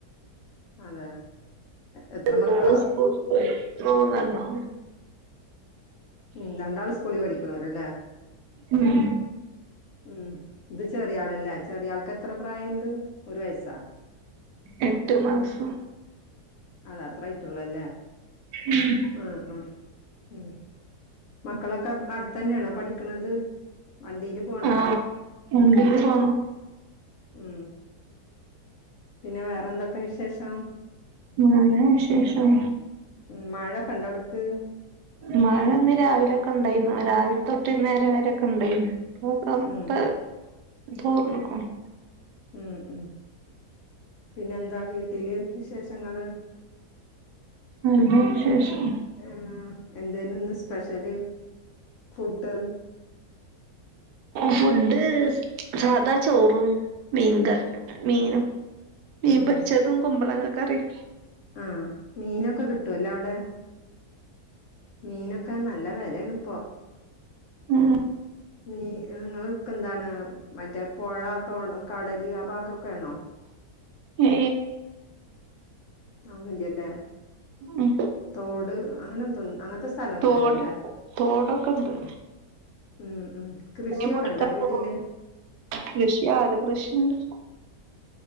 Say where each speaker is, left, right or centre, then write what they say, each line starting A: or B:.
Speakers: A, on the left; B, on the right.
A: അതെ എത്ര മക്കളാ
B: നൊള സ്കൂളിപോയി മൂന്നെണ്ണം
A: ഉം രണ്ടാള് സ്കൂളി പഠിക്കണരല്ലേ
B: ഉം
A: ഉം ഇത് ചെറിയ ആളല്ല ചെറിയ ആൾക്ക് എത്ര പ്രായംണ്ട് ഒരു വയസാം
B: എട്ട് മാസം.
A: അത അത്രായിട്ടുള്ളല്ലേ.
B: ഉം
A: ആ ആ ഉം മക്കളൊക്കെ അടുത്ത തന്നെയാണോ പഠിക്കണത്. വണ്ടിയില് പോണ
B: ആഹ് വണ്ടീല് പോണം
A: ഉം പിന്നെ വേറെന്തൊക്കെ വിശേഷം.
B: നല്ല വിശേഷം
A: ഉ മഴ കണ്ടവിടുക്ക്.
B: മഴ ഒന്ന് രാവിലൊക്കെ ഉണ്ടായിരുന്നു. രാവിലെ തൊട്ട് നേരം വരെക്കെ ഉണ്ടായിരുന്നു. ക്കാം
A: ഉം.
B: പ തോർണ്ക്കണു
A: ഉം ഉം പിന്നെന്താ വീട്ടില് വിശേഷങ്ങള്.
B: നല്ല വിശേഷം.
A: ആ എന്തേന ഒന്ന് സ്പെഷ്യല് ഫുഡ്.
B: ഫുഡ് സാധാ ചോറും മീൻക മീനും. മീൻ
A: ഉം.
B: പരിച്ചതും കുമ്പളളങ്ങ കറിം
A: ആഹ മീനൊക്കെ കിട്ടുവല്ലോ അവിടെ. മീനൊക്കെ നല്ല വലണ് ഇപ്പോ.
B: ഉം
A: മീ നിങ്ങൾക്ക എന്താണ് മറ്റേ പുഴക്കെ കടല് ആ ഭാഗൊക്കെ ആണോ?
B: ഏ
A: അന്നുല്ലല്ലേ.
B: ഉം
A: തോട് അങ്ങത്തെ അങ്ങനത്തെ സ്ഥലംഒന്നല്ലല്ലേ?
B: തോട് തോടൊക്കെ ഉണ്ട്.
A: ഉം ഉം കൃഷിയൊക്കെ
B: മീൻ പൊടിക്കാൻ
A: ഉണ്ടോ വീട്ടില്?
B: കൃഷി ആട് കൃഷിയുണ്ട്.